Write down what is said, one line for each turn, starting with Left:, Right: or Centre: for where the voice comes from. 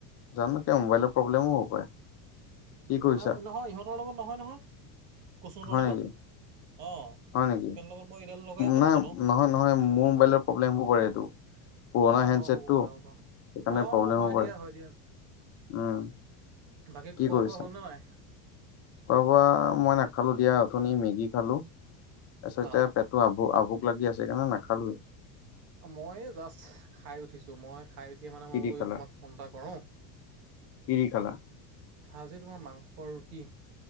Left: জানো কিয় মোবাইলৰ প্ৰব্লেমো হব পাৰে। কি
Right: উম
Left: কৰিছা?
Right: নহয় ইহঁতৰ লগত নহয় নহয়। কচুহতৰ
Left: হয়
Right: লগত
Left: নেকি
Right: অ',
Left: হয় নেকি
Right: হিহঁতৰ লগত মই এইডাল লগাই কথা
Left: নাই
Right: পাতোঁ।
Left: নহয় নহয় মোৰ মোবাইলত প্ৰব্লেম হ'ব পাৰে এইটো পুৰণা
Right: অ',
Left: হেণ্ডছেটটো
Right: অ' হ'ব পাৰে
Left: সেইকাৰণে
Right: হ'ব পাৰে। অ'
Left: প্ৰব্লেম
Right: হয়
Left: হব পৰে
Right: দিয়া হয় দিয়া।
Left: উম।
Right: বাকী
Left: কি
Right: খোৱা
Left: কৰিছা?
Right: বোৱা হ'ল নে নাই?
Left: খোৱা বোৱা মই নাখালো দিয়া উঠনি মেগী খালো তাৰপিছতে
Right: অ'।
Left: ত আভো আভোক লাগি আছে সেইকাৰণে নাখালোৱে।
Right: মই জাষ্ট খাই উঠিছোঁ, মই খাই উঠিয় মানে
Left: কি
Right: মই বোলো
Left: দি খালা?
Right: তোমাক ফোন এটা কৰোঁ।
Left: কি কি খালা?
Right: আজি তোমাৰ মাংস ৰুটি।